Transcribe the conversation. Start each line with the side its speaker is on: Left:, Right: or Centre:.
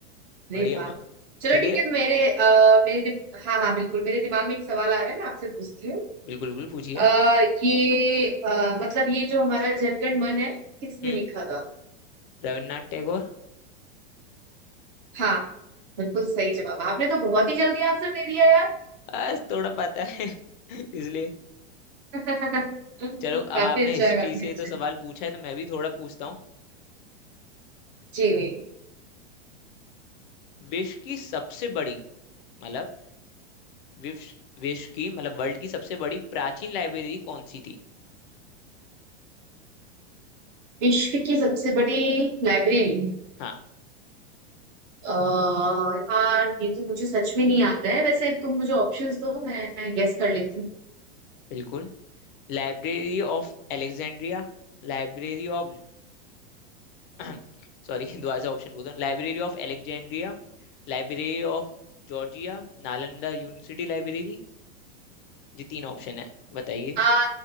Right: अरे
Left: बढ़िया
Right: वाह
Left: म-
Right: चलो
Left: चलिए
Right: ठीक है मेरे आ, मेरे दिम... हाँ हाँ बिल्कुल मेरे दिमाग में एक सवाल आ रहा है ना आपसे पूछती हूँ
Left: बिल्कुल बिल्कुल पूछिए
Right: अ, ये अ, मतलब ये जो हमारा जनगण मन है किसने
Left: हम्म
Right: लिखा था
Left: रविन्द्रनाथ टैगोर
Right: हाँ बिल्कुल सही जवाब आपने तो बहुत ही जल्दी आंसर दे दिया यार
Left: बस थोड़ा पता है <laughs> इसलिए
Right: <laughs> काफी
Left: चलो अब आपने
Right: अच्छा
Left: हिस्ट्री
Right: है काफी
Left: से
Right: अच्छा
Left: तो सवाल
Right: है।
Left: पूछा है तो मैं भी थोड़ा पूछता हूँ
Right: जी
Left: विश्व की सबसे बड़ी मतलब विश्व विश्व की मतलब वर्ल्ड की सबसे बड़ी प्राचीन लाइब्रेरी कौन सी थी
Right: विश्व की सबसे बड़ी लाइब्रेरी
Left: हाँ
Right: अ, यार ये तो मुझे सच में नहीं आता है वैसे तुम मुझे ऑप्शंस दो मैं गेस कर लेती हूँ
Left: बिल्कुल Library of Alexandria library of <clears throat> sorry <laughs> दोबारा से ऑप्शन बोल रहा हूँ Library of Alexandria library of Georgia Nalanda university library ये तीन ऑप्शन है बताइए
Right: आ,